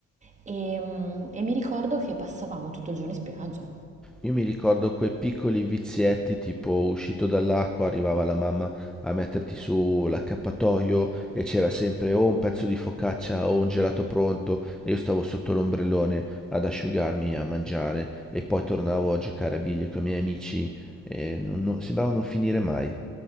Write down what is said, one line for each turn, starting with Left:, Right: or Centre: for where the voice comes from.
Right: E, mh, e mi ricordo che passavamo tutto il giorno in spiaggia.
Centre: Io mi ricordo quei piccoli vizietti, tipo uscito dall'acqua, arrivava la mamma a metterti su l'accappatoio e c'era sempre o un pezzo di focaccia o un gelato pronto e io stavo sotto l'ombrellone ad asciugarmi, a mangiare e poi tornavo a giocare a biglie con i miei amici e non- non- sembrava non finire mai.